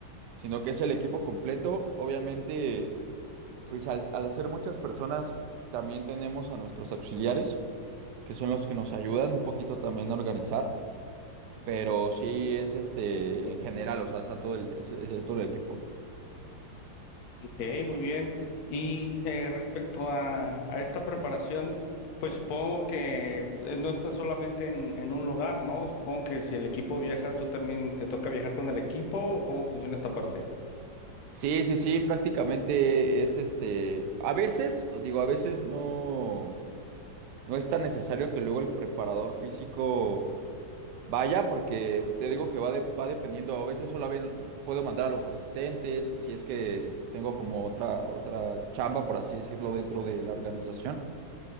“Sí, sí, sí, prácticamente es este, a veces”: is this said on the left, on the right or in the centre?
Right